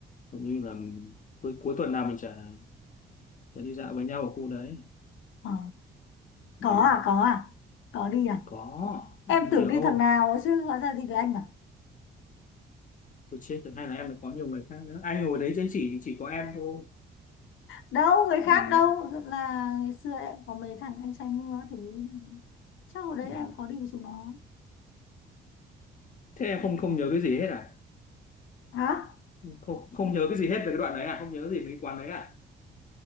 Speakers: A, on the left; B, on the left.
A: hầu như là cuối cuối tuần nào mình chả chả đi dạo với nhau ở khu đấy
B: Ờ. Có
A: ừ.
B: à? Có à? Có đi à?
A: có
B: Em
A: nhiều
B: tưởng đi thằng nào chứ hóa ra đi với anh à?
A: tôi chết rồi hay là em lại có nhiều người khác nữa anh ngồi đấy chứ chỉ chỉ có em thôi
B: Đâu, người khác
A: ừ,
B: đâu. Thật là ngày xưa em có mấy thằng anh trai mưa các thứ. Chắc hồi đấy
A: ừ.
B: em có đi với chúng nó.
A: thế em không không nhớ cái gì hết à
B: Hả?
A: không không nhớ cái gì hết về cái đoạn đấy à không nhớ gì về cái quán đấy à